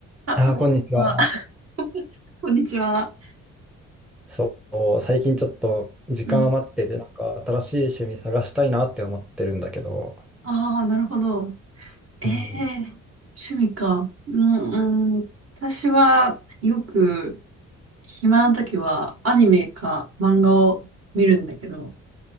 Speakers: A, on the right (about 50°); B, in the centre.
A: あ、
B: ああ、
A: こんにちは。
B: こんにちは。
A: <laughs> こんにちは。
B: そう、最近ちょっと時間余ってて、
A: うん。
B: なんか新しい趣味探したいなって思ってるんだけど。
A: ああ、なるほど。ええ趣味か。
B: うん。
A: うん、うん。私はよく暇な時はアニメか漫画を見るんだけど、